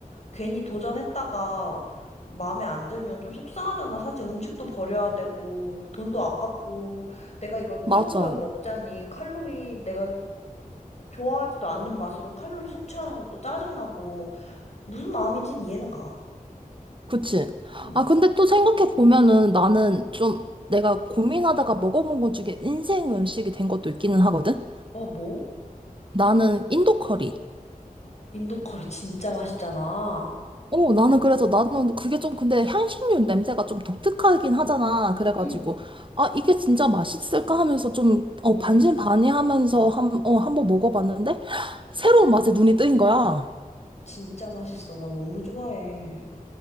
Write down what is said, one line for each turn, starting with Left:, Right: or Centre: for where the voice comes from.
Left: 괜히 도전했다가 마음에 안 들면 좀 속상하잖아. 사실 음식도 버려야 되고 돈도 아깝고 내가 이걸 꾸역꾸역
Right: 맞아.
Left: 먹자니 칼로리 내가 좋아하지도 않는 맛으로 칼로리 섭취하는 것도 짜증나고 무슨 마음인지는 이해는 가.
Right: 그치.
Left: 응.
Right: 아, 근데 또 생각해보면은 나는 좀 내가 고민하다가 먹어본 것 중에 인생 음식이 된 것도 있기는 하거든?
Left: 어, 뭐?
Right: 나는 인도 커리.
Left: 인도 커리 진짜 맛있잖아.
Right: 어, 나는 그래서 나는 그게 좀 근데 향신료 냄새가 좀 독특하긴 하잖아. 그래가지고,
Left: 응.
Right: 아, 이게 진짜 맛있을까 하면서 좀, 어,
Left: 음.
Right: 반신반의하면서
Left: 음.
Right: 한, 어, 한번 먹어봤는데, 새로운 맛에 눈이 뜨인 거야.
Left: 진짜 맛있어. 나 너무 좋아해.